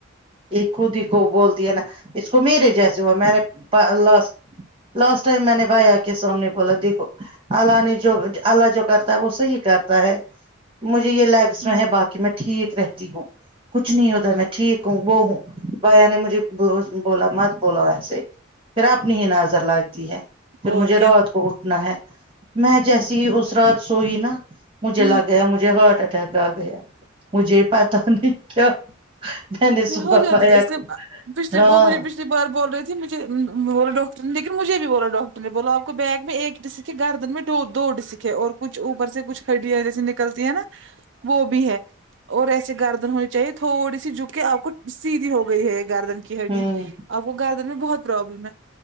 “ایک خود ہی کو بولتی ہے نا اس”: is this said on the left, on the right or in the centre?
Right